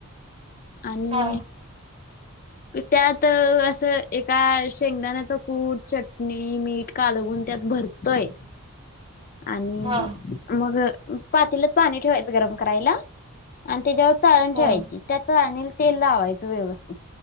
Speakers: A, on the left (about 40°); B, on the right (about 25°).
A: आणि
B: हा
A: त्यात असं एका शेंगदाण्याचं कूट, चटणी मीठ काढवुन त्यात भरतोय. आणि
B: हा
A: मग पातेल्यात पाणी ठेवायचं गरम करायला. आणि त्याच्यावर चाळण ठेवायची
B: हा
A: त्या चाळणीला तेल लावायचं व्यवस्थित.